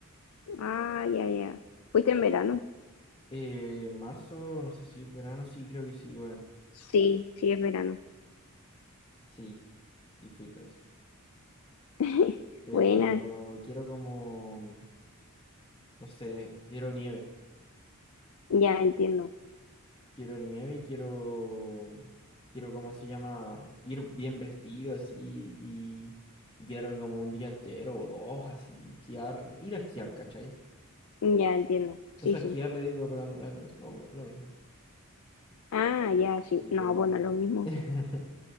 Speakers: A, on the left; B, on the left.
A: Ah, ya, ya. ¿Fuiste en verano?
B: Eh, marzo, no sé si verano, sí, creo que sí, weón.
A: Sí, sí, es verano.
B: Sí, y fui todo eso.
A: <laughs>
B: Pero
A: Buena.
B: quiero como, no sé, quiero nieve.
A: Ya entiendo.
B: Quiero nieve y quiero, quiero, ¿cómo se llama? Ir bien vestido así y, y quedarme como un día entero o dos así, esquiar, ir a esquiar, ¿cachai?
A: Ya entiendo. Sí,
B: O sea,
A: sí.
B: esquiar le digo, pero andar snowboard, lo mismo.
A: Ah, ya, sí.
B: Y
A: No,
B: como...
A: bueno, lo mismo.
B: <laughs>